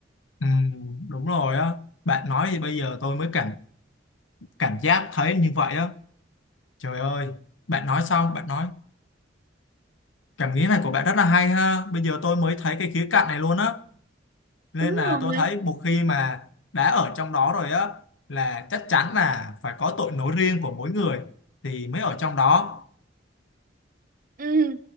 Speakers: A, on the left; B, on the right.
A: Ừm, đúng rồi á bạn nói thì bây giờ tôi mới cảm cảm giác thấy như vậy á trời ơi bạn nói xong bạn nói cảm nghĩ này của bạn rất là hay ha bây giờ tôi mới thấy cái khía cạnh này luôn á nên
B: Đúng
A: là
B: rồi,
A: tôi thấy một khi mà đã ở trong đó rồi á là chắc chắn là phải có tội lỗi riêng của mỗi người thì mới ở trong đó
B: Ừ,